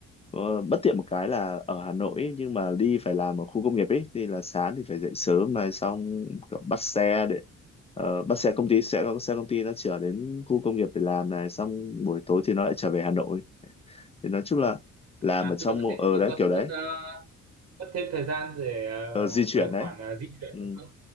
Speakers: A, on the left; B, on the right.
A: ờ, bất tiện một cái là ở Hà Nội ấy, nhưng mà đi phải làm ở khu công nghiệp ấy thì là sáng thì phải dậy sớm này xong kiểu bắt xe để Ờ, bắt xe công ty sẽ có xe công ty nó chở đến khu công nghiệp để làm này xong buổi tối thì nó lại trở về Hà Nội thì nói chung là làm
B: à
A: ở trong
B: tức là nó
A: mô-
B: sẽ
A: ờ
B: nó,
A: đấy
B: nó
A: kiểu
B: sẽ
A: đấy
B: mất ờ, mất thêm thời gian để ờ,
A: ờ, di chuyển
B: về
A: đấy
B: khoản ờ, di chuyển
A: ừ,
B: đúng không?